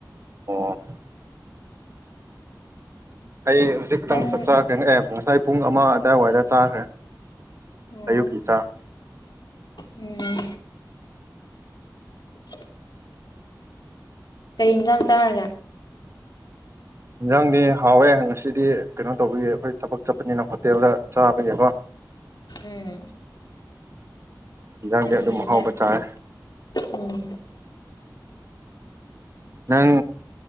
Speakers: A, on the right (about 40°); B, on the left (about 70°).
A: ꯑꯣ ꯑꯩ ꯍꯧꯖꯤꯛ ꯈꯤꯇꯪ
B: ꯅꯪ
A: ꯆꯠꯆꯔꯛꯒꯦ ꯑꯦ ꯉꯁꯥꯏ ꯄꯨꯡ ꯑꯃ ꯑꯗꯥꯏꯋꯥꯏꯗ ꯆꯥꯈ꯭ꯔꯦ
B: ꯎꯝ
A: ꯑꯌꯨꯛꯀꯤ ꯆꯥꯛ
B: ꯎꯝ <inaudible> ꯀꯩ ꯏꯟꯁꯥꯡ ꯆꯥꯔꯒꯦ
A: ꯌꯦꯟꯖꯥꯡꯗꯤ ꯍꯥꯎꯋꯦ ꯉꯁꯤꯗꯤ ꯀꯩꯅꯣ ꯇꯧꯕꯒꯤ ꯑꯩꯈꯣꯏ ꯊꯕꯛ ꯆꯠꯄꯅꯤꯅ ꯍꯣꯇꯦꯜꯗ ꯆꯥꯕꯒꯤꯀꯣ
B: ꯑꯦ
A: ꯏꯟꯖꯥꯡꯗꯤ
B: ꯌꯥꯝ
A: ꯑꯗꯨꯝ
B: ꯀꯅꯦ
A: ꯑꯍꯥꯎꯕ ꯆꯥꯔꯦ
B: ꯎꯝ
A: ꯅꯪ